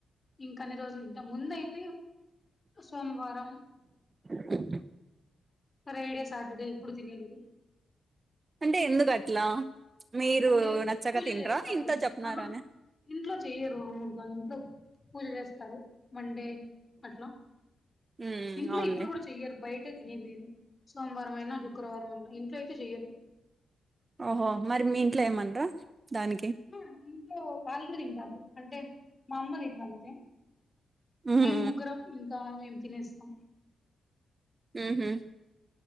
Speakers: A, on the left; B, on the right.
A: ఇంకాన్ని రోజులు ఇంకా ముంద అయితే సోమవారం
B: అ
A: ఫ్రైడే సాటర్ డే ఎప్పుడు తినేలేదు
B: అంటే ఎందుకు అట్లా మీరు
A: అంటే
B: నచ్చక
A: పూజ
B: తింట్రా
A: చేస్తారు
B: ఇంతో
A: ఇంట్లో
B: చెప్నారాన
A: ఆహా ఇంట్లో చెయ్యరు వాళ్ల ఇంట్లో పూజ చేస్తారు మండే అట్లా
B: ఉమ్
A: ఇంట్లో
B: అవునులే
A: ఇప్పుడు కూడా చెయ్యరు బయటే తినేది నేను సోమవారం అయినా శుక్రవారం అయినా ఇంట్లో అయితే చెయ్యరు
B: ఓహో మరి మీ ఇంట్లో ఏమనరా దానికి
A: ఆహా ఇంట్లో వాళ్ళ కూడా తింటారు అంటే మా అమ్మ తినరు అంతే
B: ఉహు
A: మేము ముగ్గురం ఇంకా మేం తినేస్తాం
B: ఉహు